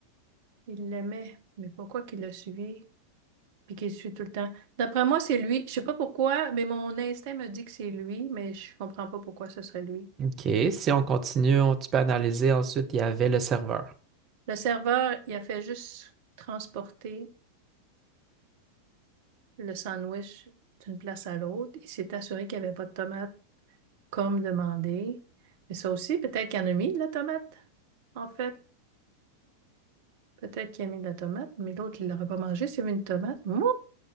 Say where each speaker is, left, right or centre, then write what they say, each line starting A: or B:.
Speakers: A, on the right (about 50°); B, on the right (about 30°).
A: il l'aimait. Mais pourquoi qu'il l'a suivi puis qu'il le suit tout le temps? D'après moi, c'est lui. Je sais pas pourquoi, mais mon instinct me dit que c'est lui, mais je comprends pas pourquoi ce serait lui.
B: OK. Si on continue, on- tu peux analyser. Ensuite, il y avait le serveur.
A: Le serveur, il a fait juste transporter le sandwich d'une place à l'autre. Il s'est assuré qu'il n'y avait pas de tomate comme demandé. Mais ça aussi, peut-être qu'il en a mis de la tomate, en fait. Peut-être qu'il a mis de la tomate, mais l'autre, il l'aurait pas mangé s'il y avait une tomate. Moi!